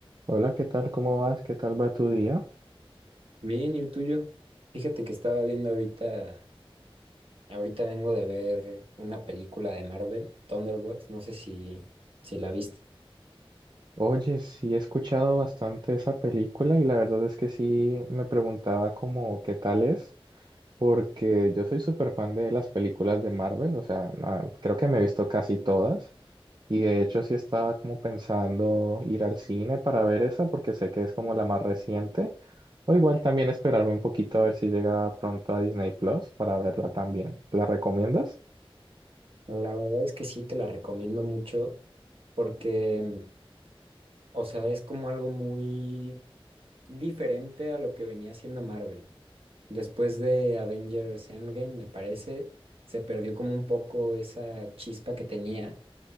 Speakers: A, on the right; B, on the right.
A: Hola, ¿qué tal? ¿Cómo vas? ¿Qué tal va tu día?
B: Bien, ¿y el tuyo? Fíjate que estaba viendo ahorita, ahorita vengo de ver una película de Marvel, Thunderbolts, no sé si, si la viste.
A: Oye, sí he escuchado bastante esa película y la verdad es que sí me preguntaba como qué tal es, porque yo soy súper fan de las películas de Marvel, o sea, ah, creo que me he visto casi todas y de hecho sí estaba como pensando ir al cine para ver esa porque sé que es como la más reciente, o igual también esperarme un poquito a ver si llega pronto a Disney Plus para verla también. ¿La recomiendas?
B: La verdad es que sí, te la recomiendo mucho porque, o sea, es como algo muy diferente a lo que venía haciendo Marvel. Después de Avengers Endgame, me parece, se perdió como un poco esa chispa que tenía.